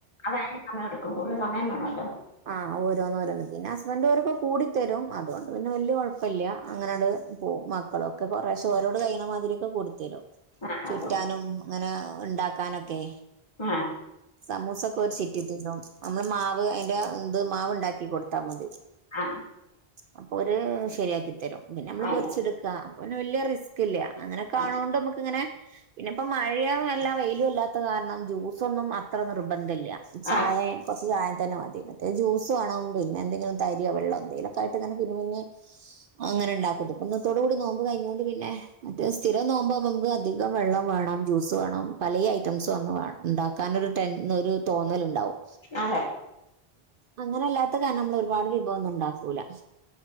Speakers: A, on the left; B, on the right.
A: അത് അയിന് സമയം എടുക്കും കൂടുതൽ സമയം വേണല്ലോ
B: ആഹ് ഓരോന്ന് ഓരോന്ന് പിന്നെ ഹസ്ബൻഡ് ഓരൊക്കെ കൂടിത്തരും അതുകൊണ്ട് പിന്നെ വല്ല്യ കൊഴ പ്പല്ല്യ അങ്ങനാണ്ട് പോവും മക്കളൊക്കെ കൊറേശ്ശെ ഓരോട് കഴിയ്ണമാതിരിയൊക്കെ കൂടിത്തെരും.
A: ആ
B: ചുറ്റാനും
A: കൊടു
B: അങ്ങനെ ഇണ്ടാക്കാനൊക്കേ
A: ആ
B: സമൂസ ഒക്കെ ഓര് ചിറ്റിത്തെരും അമ്മള് മാവ് അയ്ൻ്റെ ഇത് മാവ് ഇണ്ടാ ക്കി കൊടുത്താ മതി.
A: ആ
B: അപ്പൊ ഓര് ശരിയാക്കി തരും. പിന്നെ അമ്മള്
A: അയിന്
B: പൊരിച്ച്ട്ക്കാ അപ്പൊന്നെ വല്ല്യ റി സ്‌ക്കില്ല്യ. അങ്ങനെക്കാണോണ്ട്
A: ആ
B: നമുക്ക് ഇങ്ങനെ പിന്നെ ഇപ്പ മഴയാ അല്ലാ വെയിലും അല്ലാത്ത കാരണം ജ്യൂസൊന്നും അത്ര നിർബന്ധല്ല്യ ചായേ
A: ആ
B: കൊറച്ച് ചായ തന്നെ മ തി. മറ്റേ ജ്യൂസ് വാണം പിന്നെ എന്ത ങ്ങിലും തരിയോ വെള്ളോ എന്തേലൊക്കെ ആയിട്ട്ങ്ങനെ പിന്നിം പിന്നിം അങ്ങനെ ഇണ്ടാക്കും. ഇത്പ്പൊ ഇന്നത്തോടു കൂടി നോമ്പ് കയ്ഞ്ഞോണ്ട് പി ന്നെ മറ്റേ സ്ഥിരം നോമ്പാവുമ്പൊ നമുക്ക് അധികം വെള്ളം വാണം ജ്യൂസ് വാണം പലേ ഐറ്റംസും അന്ന് വേ ഇണ്ടാ ക്കാൻ ഒരു ടെൻ ഒരു തോന്നല് ഇണ്ടാവും.
A: അതെ
B: അങ്ങനെ എല്ലാത്ത കാരണം നമ്മള് ഒരുപാട് തൊന്നും ഉണ്ടാക്കൂല.